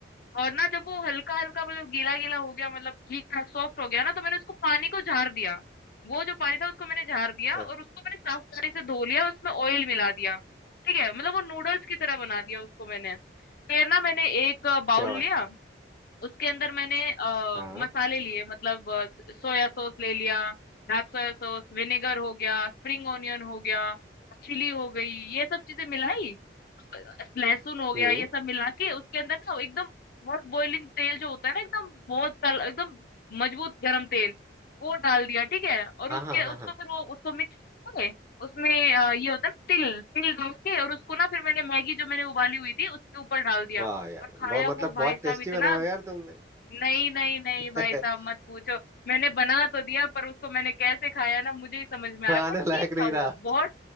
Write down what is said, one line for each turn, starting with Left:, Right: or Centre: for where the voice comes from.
Left: और ना जब वो हल्का हल्का मतलब गीला गीला हो गया मतलब ठीक ठाक सॉफ्ट हो गया ना तो मैंने उसको पानी को झाड़ दिया वो जो पानी था उसको मैंने झाड़ दिया
Right: अच्छा
Left: और उसको मैंने साफ पानी से धो लिया उसमें ऑयल मिला दिया ठीक है मतलब वो नूडल्स की तरह बना दिया उसको मैंने फिर ना मैंने एक बाउल
Right: क्या बात
Left: लिया
Right: है
Left: उसके अंदर मैंने अ,
Right: हाँ
Left: मसाले लिए मतलब सोया सॉस ले लिया डार्क सोया सॉस विनेगर हो गया स्प्रिंग ऑनियन हो गया चिली हो गई ये सब चीजें मिलाई लहसुन हो गया
Right: हम्म
Left: ये सब मिला के उसके अंदर ना एकदम हॉट बॉइलिंग तेल जो होता है ना एकदम बहुत तल एकदम मजबूत गर्म तेल वो डाल दिया ठीक है और
Right: हाँ
Left: उसके
Right: हाँ हाँ
Left: उसको
Right: हाँ
Left: फिर वो उसको मिक्स करके उसमें अ, ये होता है ना तिल तिल डाल के और उसको ना फिर मैंने मैगी जो मैंने उबाली हुई थी उसके ऊपर डाल दिया
Right: वाह यार
Left: और खाया
Right: बहुत मतलब
Left: वो भाई
Right: बहुत
Left: साहब
Right: टेस्टी
Left: इतना
Right: बनाया हो यार तुमने
Left: नहीं नहीं नहीं
Right: <laughs>
Left: भाई साहब मत पूछो मैंने बना तो दिया पर उसको मैंने कैसे खाया ना मुझे ही समझ में आ
Right: खाने
Left: रहा पर ठीक
Right: लायक नहीं
Left: था
Right: रहा
Left: वो बहुत